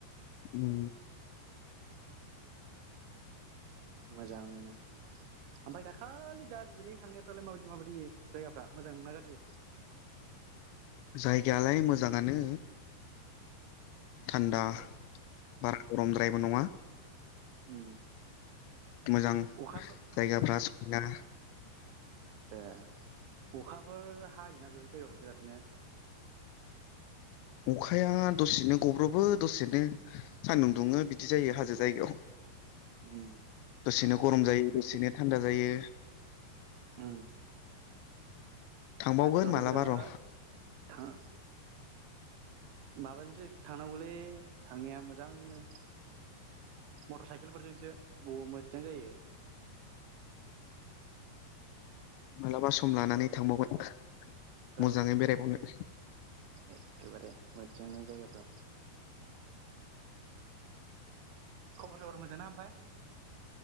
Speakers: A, on the left (about 85°); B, on the right (about 85°).
A: उम
B: मोजांनो ओमफ्राय दाखालि दार्जिलिं थांनायफ्रालाय माबायदि माबायदि जायगाफ्रा मोजां ना गाज्रि?
A: जायगायालाय मोजाङानो थान्दा
B: अ
A: बारा गरमद्रायबो नङा।
B: उम
A: मोजां
B: अखाफोर
A: जायगाफ्रा समायनानो
B: ए अखाफोर हायोना बे जायगायावथ बिरादनो
A: अखाया दसेनो गब्रबो दसेनो सानदुं दुङो बिदि जायो हाजो जायगायाव।
B: उं।
A: दसेनो गरम जायो दसेनो थानदा जायो।
B: उम
A: थांबावगोन
B: मानसिफ्राथ'
A: मालाब
B: बिराद
A: र।
B: थां माबाजोंसो थांनांगौलै थांनाया मोजांनो मटर साइकेलफोरजोंसो ब मोजां जायो।
A: मालाबा सम लानानै थांबावगोन।
B: ओ
A: मोजाङै बेरायबावनो
B: एखेबारे मोजांनो जायगाफ्रा। खबर सबर मोजां ना आमफाय?